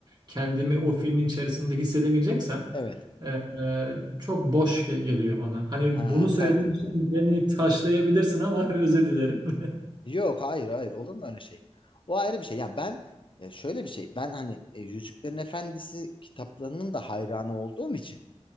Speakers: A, on the right; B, on the left.
A: kendimi o filmin içerisinde hissedemeyeceksem
B: evet.
A: e, e, çok boş ge- geliyor bana. Hani
B: Ha
A: bunu söylediğim
B: sen
A: için
B: evet.
A: beni taşlayabilirsin ama <laughs> özür dilerim. <laughs>
B: Yok hayır hayır olur mu öyle şey? O ayrı bir şey. Ya ben e, şöyle bir şey. Ben hani e, Yüzüklerin Efendisi kitaplarının da hayranı olduğum için